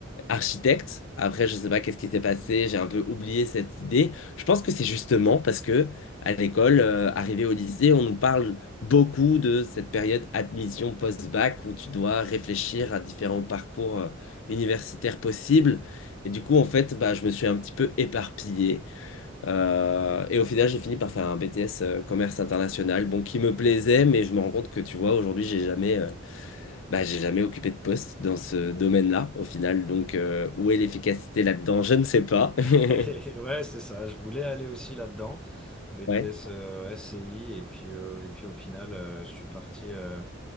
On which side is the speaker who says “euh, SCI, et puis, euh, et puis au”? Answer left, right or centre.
Centre